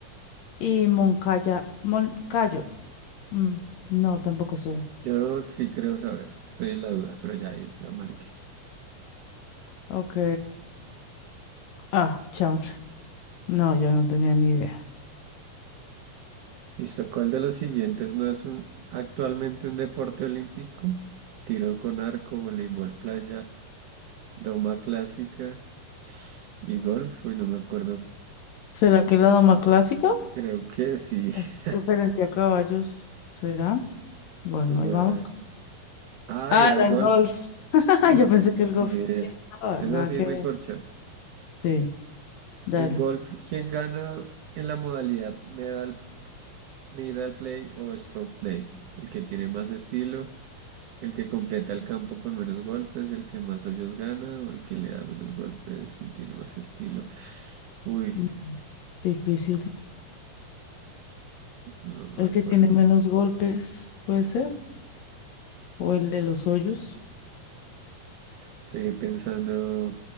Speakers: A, on the left; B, on the right.
A: y Moncaya, Moncayo. Mm, no, tampoco sé.
B: Yo sí creo saber, estoy en la duda, pero ya ahí la marqué.
A: Ok. Ah, chanfle. No, yo no tenía ni idea.
B: Listo, ¿cuál de los siguientes no es un, actualmente un deporte olímpico? Tiro con arco, voleibol playa, doma clásica y golf. Uy, no me acuerdo.
A: ¿Será que la doma clásica?
B: Creo que sí.
A: ¿O
B: <laughs>
A: Referente a caballos, ¿será? Bueno,
B: Pues voy
A: ahí vamos.
B: a ver. Ay,
A: Ah,
B: era
A: era
B: el golf.
A: el golf. <laughs>
B: Mm,
A: Yo pensé que el golf
B: ni idea.
A: sí estaba.
B: Esa
A: Nada
B: sí
A: que
B: me
A: ver.
B: corchó.
A: Sí, dale.
B: En golf, ¿quién gana en la modalidad medal, medal play o stroke play? El que tiene más estilo, El que completa el campo con menos golpes, el que más hoyos gana o el que le da menos golpes y tiene más estilo. Uy,
A: Mm, Difícil.
B: no me
A: El
B: acuerdo.
A: que tiene menos golpes, puede ser. O el de los hoyos.
B: Estoy pensando...